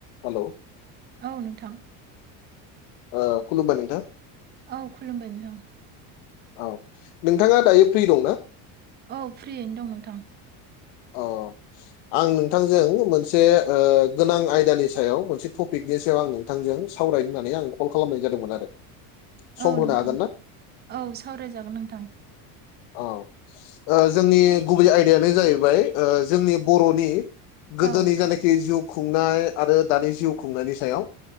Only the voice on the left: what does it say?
Hello.
ओ खुलुमबाय नोंथां।
औ नोंथाङा दायो फ्रि दंना?
अ। आं नोंथांजों मोनसे ओ गोनां आयदानि सायाव मोनसे टपिकनि सायाव आं नोंथांजों सावरायनो होननानै आङो कल खालामनाय जादोंमोन आरो। सम
होनो
हागोन ना
औ ओ जोंनि गुबै आयदायानो जाहैबाय ओ जोंनि बर'नि गोदोनि
जायनाखि जिउ खुंनाय आरो दानि जिउ खुंनायनि सायाव।